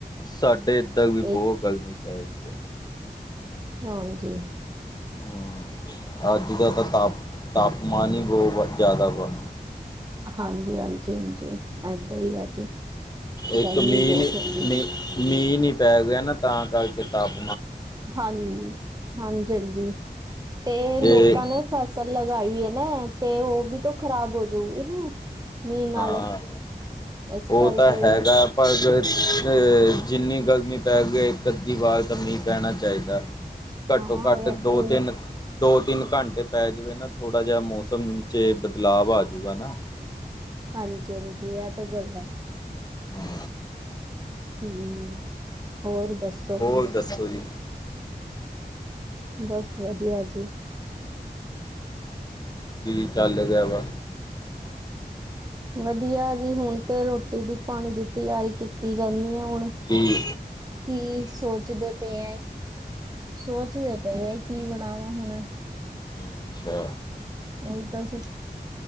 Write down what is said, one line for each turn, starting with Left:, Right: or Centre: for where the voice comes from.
Left: -ਸਾਡੇ ਏਦਾਂ ਵੀ
Right: ਇੱਕ
Left: ਬਹੁਤ ਗਰਮੀ ਪੈ ਗਈ ਆ।
Right: ਹਾਂਜੀ।
Left: ਹਮ, ਅੱਜ ਦਾ ਤਾਂ ਤਾਪ- ਤਾਪਮਾਨ ਹੀ ਬਹੁਤ ਜ਼ਿਆਦਾ ।ਵਹੁ
Right: ਹਾਂਜੀ-ਹਾਂਜੀ-ਹਾਂਜੀ ਏਦਾਂ ਹੀ ਆ ਜੀ।
Left: ਇੱਕ
Right: ਗਰਮੀ
Left: ਮੀਂਹ
Right: ਬਹੁਤ
Left: ਨੀ
Right: ਹੋ ਗਈ
Left: ਮੀਂਹ- ਮੀਂਹ ਨੀ ਪੈ ਗਿਆ। ਨਾ ਤਾਂ ਕਰਕੇ ਤਪ
Right: ਹਾਂਜੀ-ਹਾਂਜੀ-ਹਾਂਜੀ। ਤੇ ਲੋਕਾਂ
Left: ਜੇ
Right: ਨੇ ਫਸਲ ਲਗਈ ਹੈ ਨਾ ਤੇ ਉਹ ਵੀ ਖਰਾਬ ਹੋ ਜਾਊਗੀ ਨਾ। ਮੀਂਹ ਨਾਲ
Left: ਹਾਂ
Right: ਇਸ
Left: ।ਉਹ
Right: ਕਰਕੇ
Left: ਤਾਂ ਹੈਗਾ।
Right: ਵੀ
Left: ਪਰ ਅ ਜਿੰਨੀ ਗਰਮੀ ਪੈ ਗਈ। ਇੱਕ -ਅੱਧੀ ਵਾਰ ਤਾਂ ਮੀਂਹ ਪੈਣਾ ਚਾਹੀਦਾ। ਘੱਟੋ-ਘੱਟ
Right: ਹਾਂ ਇਹ
Left: ਦੋ
Right: ਤਾਂ
Left: ਤਿੰਨ ਦੋ ਤਿੰਨ ਘੰਟੇ ਪੈ ਜਾਵੇ ਨਾ ਥੋੜ੍ਹਾ ਜਿਹਾ ਮੌਸਮ 'ਚ ਬਦਲਾਵ ਆਜੂਗਾ ਨਾ
Right: ਹਾਂਜੀ-ਹਾਂਜੀ ਇਹ ਤਾਂ ਗੱਲ ਹੈ
Left: ਹੂੰ
Right: ਹੂੰ, ਹੋਰ ਦੱਸੋ?
Left: ਹੋਰ ਦੱਸੋ ਜੀ
Right: ਬਸ ਵਧੀਆ ਜੀ
Left: ਕੀ ਚੱਲ ਗਿਆ ਵਾ
Right: ਵਧੀਆ ਜੀ ਹੁਣ ਤੇ ਰੋਟੀ ਦੀ ਪਾਣੀ ਦੀ ਤਿਆਰੀ ਕੀਤੀ ਜਾਂਦੀ ਹੈ ਹੁਣ
Left: ਕੀ
Right: ਕੀ ਸੋਚਦੇ ਪਏ ਐ ਸੋਚਦੇ ਪਏ ਹੈ ਕੀ ਬਣਾਵਾਂ ਹੁਣ
Left: ਅੱਛਾ।
Right: ਓਹੀ ਤਾਂ ਸੁ